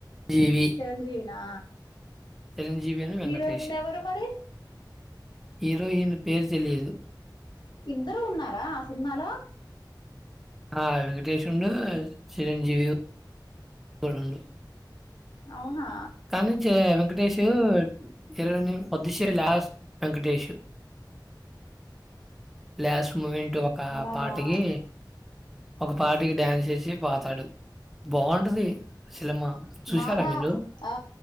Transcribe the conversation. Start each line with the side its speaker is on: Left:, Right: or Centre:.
Centre: జీవి
Left: చిరంజీవినా
Centre: చిరంజీవి అను, వెంకటేష్.
Left: హిరోయిన్ ఎవరు మరి
Centre: హీరోయిన్ పేరు తెలియదు
Left: ఇద్దరు ఉన్నారా ఆ సినిమాలో
Centre: ఆ వెంకటేష్ ఉండాడు చిరంజీవి ఉండు
Left: అవునా
Centre: కాని చే వెంకటేష్ ను ఇర అదిశే లాస్ వెంకటేష్ లాస్ట్ మూమె ట్ ఒక
Left: అలాగా
Centre: పాటికి ఒక పాటికి డాన్స్ చేసి పాతాడు బాగుంటది సినిమా చూసారా
Left: బాధ
Centre: మీలు
Left: ఆ